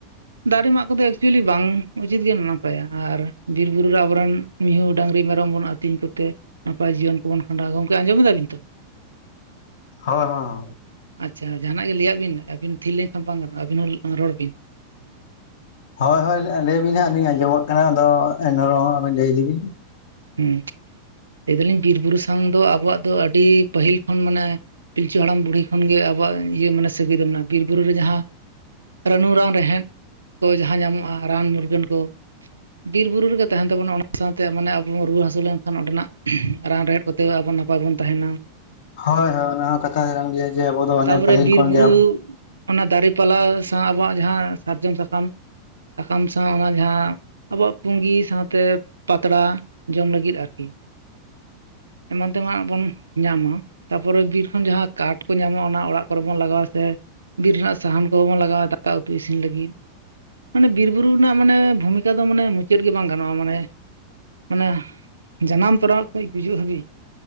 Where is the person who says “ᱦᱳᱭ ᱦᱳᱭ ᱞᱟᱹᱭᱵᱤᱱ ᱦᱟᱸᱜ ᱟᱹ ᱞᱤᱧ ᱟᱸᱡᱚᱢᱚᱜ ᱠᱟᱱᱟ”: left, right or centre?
Left